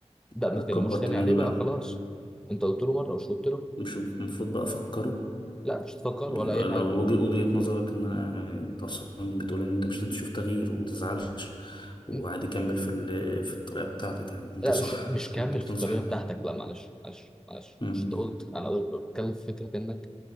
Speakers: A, in the centre; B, on the left.
A: ده
B: أكبر
A: ما تكلموش تاني
B: دماغي
A: عليه
B: بقى
A: بقى خلاص انت قلت له مره مش قلت له
B: مش المفروض بقى أفكره
A: لا مش تفكر
B: لو
A: ولا اي حاجه
B: وجه- وجهة نظرك إن أنا يعني أنت أصلا بتقول إن أنت مش لازم تشوف تغيير ومتزعلش وعادي
A: م?
B: كمل في ال- في الطريقة بتاعتك يعني أنت
A: لا
B: صح
A: مش مش كمل
B: أنت بتنصح
A: في الطريقه بتاعتك لا معلش معلش معلش
B: مم.
A: مش انت قلت انا بتكلم في فكره انك